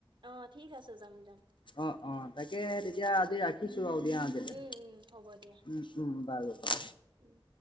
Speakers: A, on the right; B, on the left.
A: অ', ঠিক আছে যাম যাম,
B: অ অ, তাকে তেতিয়া আজি ৰাখিছো আৰু দিয়া আজিলে।
A: উম, উম, হ'ব দিয়া।
B: <unintelligible> উম বাৰু বাৰু
A: উম।